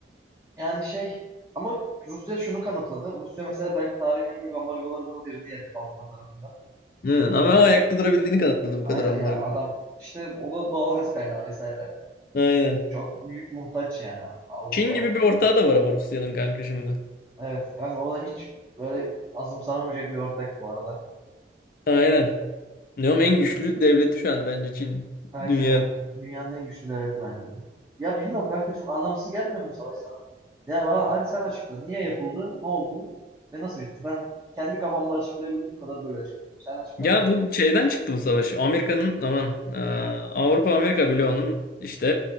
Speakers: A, on the right; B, on the left.
A: Yani şey ama Rusya şunu kanıtladı. Rusya mesela belki tarihin en büyük ambargolarından birini yedi Avrupa tarafında.
B: Hı,
A: Amerika
B: ama ayakta
A: tarafında.
B: durabildiğini kanıtladı bu
A: Aynen
B: kadar ambargo.
A: ya adam işte o da doğalgaz kaynağı vesaire.
B: Aynen.
A: Çok büyük muhtaç yani Avrupa,
B: Çin gibi bir ortağı
A: Amerika.
B: da var ama Rusya'nın kanka şimdi.
A: Evet kanka o da hiç böyle azımsanamayacak bir ortak bu arada.
B: Aynen. Diyorum en güçlü devleti şu an bence Çin
A: Bence
B: dünyada.
A: de dünyanın en güçlü devleti bence de. Ya bilmiyorum kanka çok anlamsız gelmiyor mu bu savaş sana? Ya bana hadi sen açıkla. Niye yapıldı? Ne oldu? Ve nasıl bitti? Ben kendi kafamda açıklayabildiğim kadar böyle açıklıyorum. Sen açıklar
B: Ya
A: mısın?
B: bu şeyden çıktı bu savaş. Amerika'nın aman e, Avrupa Amerika bloğunun işte